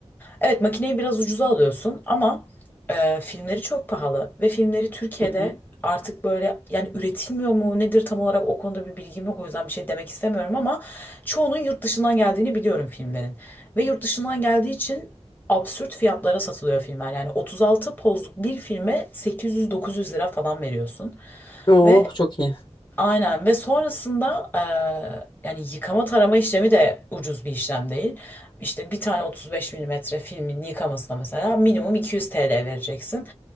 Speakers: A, on the left (about 15°); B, on the left (about 40°).
A: Evet makineyi biraz ucuza alıyorsun ama e, filmleri çok pahalı ve filmleri Türkiye'de
B: Hı hı.
A: artık böyle yani üretilmiyor mu nedir tam olarak o konuda bir bilgim yok o yüzden bir şey demek istemiyorum ama çoğunun yurt dışından geldiğini biliyorum filmlerin ve yurt dışından geldiği için absürt fiyatlara satılıyor filmler yani 36 pozluk bir filme 800-900 lira falan veriyorsun
B: Oh
A: ve
B: çok iyi.
A: Aynen ve sonrasında eee, yani yıkama tarama işlemi de ucuz bir işlem değil. İşte bir tane 35 milimetre filmin yıkamasına mesela minimum 200 TL vereceksin.